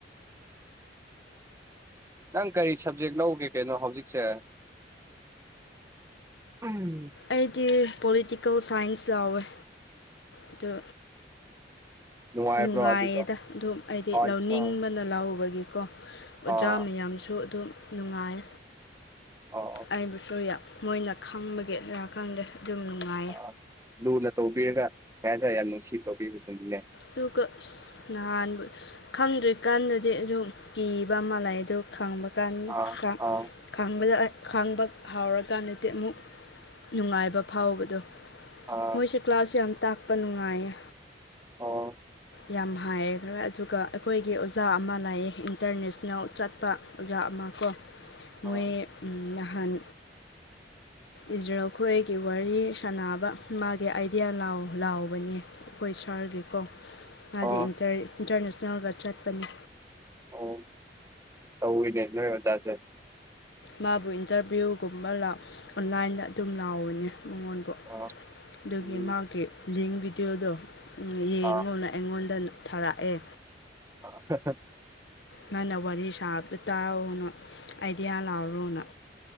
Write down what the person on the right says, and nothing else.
ꯅꯪ ꯀꯔꯤ ꯁꯕꯖꯦꯛ ꯂꯧꯒꯦ ꯀꯩꯅꯣ ꯍꯧꯖꯤꯛꯁꯦ ꯎꯝ
ꯅꯨꯡꯉꯥꯏꯕ꯭ꯔꯣ
ꯑꯗꯨꯗꯣ
ꯑꯠꯁꯥ
ꯑꯥ
ꯑꯣ ꯑꯣ
ꯑꯥ ꯂꯨꯅ ꯇꯧꯕꯤꯔꯒ <unintelligible> ꯌꯥꯝ ꯅꯨꯡꯁꯤ ꯇꯧꯕꯤꯕꯗꯨꯅꯤꯅꯦ
ꯑꯥ ꯑꯥ
ꯑꯥ
ꯑꯣ
ꯑꯥ
ꯑꯣ
ꯑꯣ ꯇꯧꯏꯅꯦ ꯅꯣꯏ ꯑꯣꯖꯥꯁꯦ
ꯑ
ꯎꯝ
ꯑ
<unintelligible>